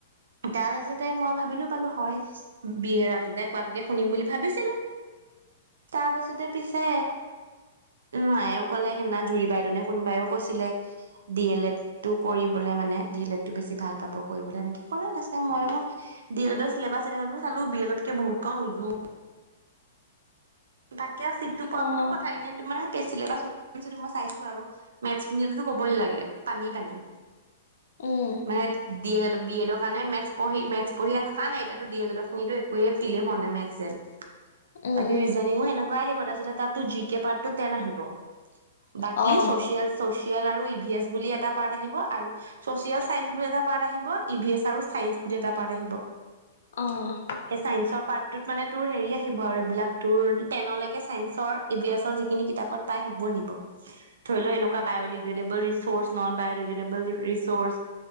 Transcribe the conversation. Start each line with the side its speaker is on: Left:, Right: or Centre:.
Right: তাৰ পািছতে মই ভাবিলো পালো হয় বিয়েৰা <unintelligible> কোৱাতোকে শুনিম বুলি ভাবিছিলো, তাৰ পাছতে পিছে উ মায়েও কলে সেদিনা জুৰি বাইদেইনে কোনোবাইও কৈছিলে ডি এল এড টো কৰিবলে মানে, ডি এল এডটো বেছি ভাল পাব কৰিবলৈকে কলে, মইও ডি এল এডৰ চিলাবাছ <unintelligible> বোৰ চালো <unintelligible> কে বহুত ক উজো তাকে চিটটো পোৱাৰ
Left: অ',
Right: পৰাটো কথাই এ নাই, তোমাৰ <unintelligible> মই চাইছো আৰু, মেথছ খিনিতোটো কবই না, পানী পানী।
Left: উম,
Right: মানে ডি এড, বি এড কাৰণে মেথ মেথচ পঢ়িয়ে থকা নাই, এতিয়াতো দি এডৰ খিনিতো কে ফিলে মনে মেচেল
Left: উম,
Right: বাকী
Left: উম,
Right: ৰিজনিঙো সেনেক আহিব তাৰপছতে তাতো জি কে পাৰ্টটো টেন আহিব। বাকীিয়
Left: অ',
Right: চচিয়েল আৰু ই ভিএচ বুলি এটা পাৰ্ট আহিব আৰু চচিয়েল চাইন্ঞ্চ বুলি এটা পাৰ্ট আহিব ই ভিএছ আৰু চাইন্স বুলি এটা পাৰ্ট আহিব।
Left: অ'।
Right: সেই চাইন্সৰ পাৰ্টটোত মানে তোৰ হেৰি আহিব আৰু। বিলাক তোৰ টেনলৈকে চাইন্সৰ এ বি এছৰ যিখিনি কিতাপত পায় সেইবোৰ আহিব। ধৰি লওঁ এনেকুৱা biodegradable research non biodegradable research